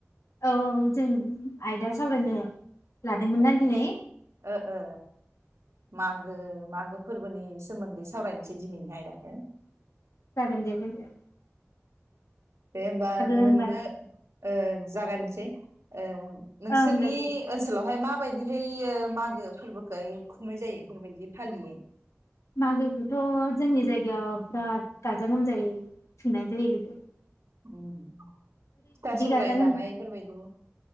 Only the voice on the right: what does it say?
ओ
ओ ओ मागो मागो फोरबोनि सोमोनदै सावरायनिसै दिनैनि आयदाखो
दे ओमबा
नोङो ओ जागा जे ओ नोंसोरनि
ओनसोलावहाय मा? बेफोरबायदिहै मागो फोरबोखोहाय खुंनाय जायो बेफोरबायदि फालियो ।
ओम फिथा-सौराय
जानाय बेफोरबायदि